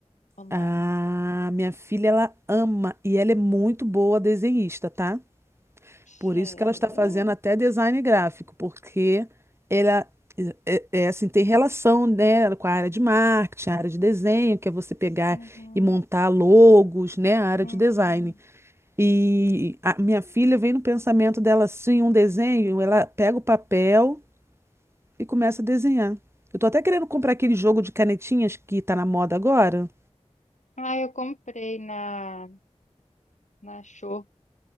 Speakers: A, on the left (about 80°); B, on the right (about 20°).
A: o nome.
B: Ah, minha filha, ela ama e ela é muito boa desenhista, tá?
A: Sério?
B: Por isso que ela está fazendo até design gráfico, porque ela é, é é assim, tem relação, né, com a área de marketing, a área de desenho, que é você pegar
A: Uhum,
B: e montar logos, né, a área
A: uhum.
B: de design. E a minha filha vem no pensamento dela assim, um desenho, ela pega o papel e começa a desenhar. Eu tô até querendo comprar aquele jogo de canetinhas que tá na moda agora.
A: Ah, eu comprei na, na Show.